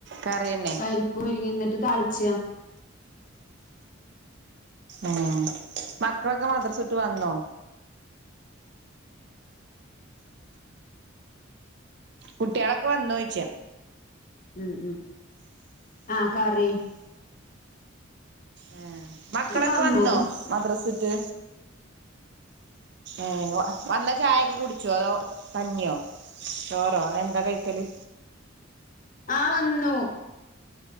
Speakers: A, on the right; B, on the left.
A: കറിയന്നെ
B: പരിപ്പും മുരിങ്ങേം എന്നിട്ട് താളിച്ച
A: ഉം മക്കളൊക്കെ മദ്രസ വിട്ട് വന്നോ കുട്ടികളൊക്കെ വന്നോയ്ച്ച
B: ഉം ഉം ആ കറി
A: ഏ മക്കളൊക്കെ
B: വന്നു
A: വന്നോ മദ്രസട്ട് ഏ വന്ന ചായയൊക്കെ കുടിച്ചോ അതോ കഞ്ഞിയോ ചോറോ എന്താ കഴിക്കല്
B: ആ വന്നു